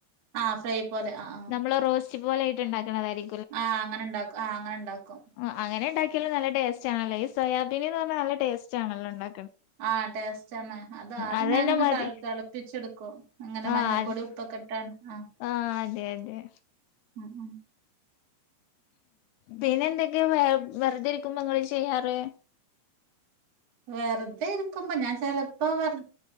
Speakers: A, on the right; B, on the left.
A: ആഹ് ഫ്രൈ പോലെ ആഹ്.
B: നമ്മള് റോസ്റ്റ് പോലായിട്ട് ഉണ്ടാക്കുന്നതായിരി
A: ആഹ് അങ്ങനെണ്ടാ ആഹ് അങ്ങനെണ്ടാക്കും.
B: ആഹ് അങ്ങനെണ്ടാക്കിയാലും നല്ല ടേസ്റ്റാണല്ലോ ഈ സോയാബീന് ന്ന് പറഞ്ഞാ നല്ല ടേസ്റ്റ് ആണല്ലോ ണ്ടാ
A: ആഹ് ടേസ്റ്റാണ്. അതാ അത്
B: അതന്നെ
A: ഞാനൊന്ന്
B: മതി
A: തൾ തൾപ്പിച്ചെടുക്കും അങ്ങനെ
B: ആഹ്
A: മഞ്ഞപ്പൊടി ഉപ്പൊക്കെ ട്ട് ആഹ്.
B: ആഹ് അതെ, അതെ.
A: ഉം, ഉം.
B: പിന്നെ എന്തൊക്കേ വ വെർതെ ഇരിക്കുമ്പോ ങ്ങള് ചെയ്യാറ്.
A: വെർതെരിക്കുമ്പോ ഞാൻ ചെലപ്പോ വെർ